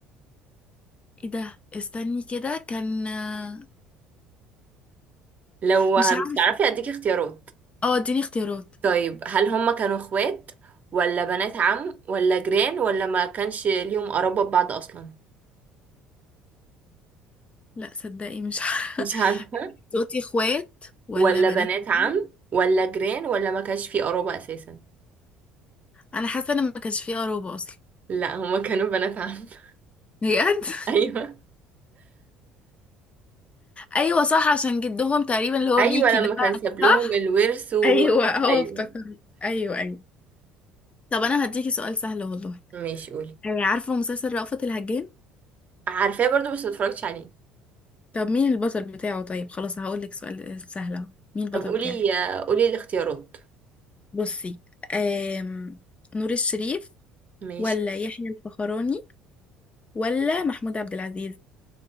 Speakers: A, on the left (about 30°); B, on the right (about 40°).
A: ايه ده استني كده كان آه،
B: لو
A: مش
B: مش
A: عارفة
B: تعرفي اديكي اختيارات
A: اه اديني اختيارات
B: طيب هل هما كانوا اخوات ولا بنات عم ولا جيران ولا ما كانش ليهم قرابة ببعض اصلا
A: لا صدقي مش عارفة.
B: مش عارفة
A: <laughs> صوتي اخوات ولا
B: ولا
A: بنات
B: بنات عم
A: عم
B: ولا جيران ولا ما كانش في قرابة اساسا
A: انا حاسه ان ما كانش فيه قرابه اصلا
B: لا هما كانوا بنات عم <laughs>
A: بجد <laughs>
B: ايوه
A: ايوه صح عشان جدهم تقريبا اللي هو
B: ايوه
A: ميكي
B: لما
A: ده
B: كان ساب لهم
A: صح
B: الورث و...
A: ايوه اه
B: ايوه
A: افتكرت ايوه ايوه طب انا هديكي سؤال سهل والله
B: ماشي قولي
A: آه، عارفه مسلسل رأفت الهجان
B: عارفاه برضو بس متفرجتش عليه
A: طب مين البطل بتاعه طيب خلاص هقول لك سؤال سهل اهو مين البطل
B: طب قولي
A: بتاعه
B: قولي الاختيارات
A: بصي آم... نور الشريف
B: ماشي
A: ولا يحيى الفخراني ولا محمود عبد العزيز